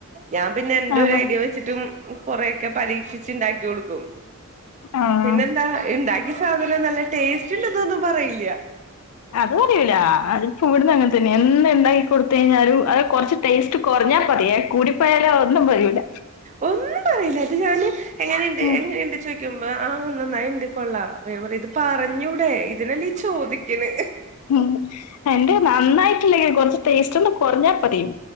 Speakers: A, on the right (about 35°); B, on the left (about 90°).
A: ഞാൻ പിന്നെ എന്റെ
B: ആഹ്
A: ഒരു ഐഡിയ വെച്ച് വെച്ചിട്ടും കൊറേക്കെ പരീക്ഷിച്ചു ഉണ്ടാക്കി കൊടുക്കും
B: ആഹ്
A: പിന്നെന്താ ഉണ്ടാക്കി ഈ സാധനം നല്ല ടേസ്റ്റ് ഇല്ലന്നൊന്നും പറയില്ല
B: അത് പറയൂല അത് ഇപ്പം ഇവിടുന്ന് അങ്ങനെ തന്നെയെ എന്ത് ഉണ്ടാക്കി കൊടുത്ത് കഴിഞ്ഞാലും അത് കൊറച്ച് ടേസ്റ്റ് കുറഞ്ഞാ പറയുവേ കൂടിപ്പോയാലൊ ഒന്നും പറയൂല
A: ഒന്നും പറയില്ല അത് ഞാന് എങ്ങനെയണ്ട്
B: ഉം
A: എങ്ങനെയുണ്ട് ചോദി മ്പ ആ നന്നായിണ്ട് കൊള്ളാം അപ്പൊ ഞാൻ പറ ഇത് പറഞ്ഞൂടെ ഇതിനല്ലീ ചോദിക്കണെ
B: ഉം എന്റെ നന്നായിട്ടില്ലെങ്കിൽ കൊറച്ച് ടേസ്റ്റ് ഒന്നു കുറഞ്ഞാൽ പറയും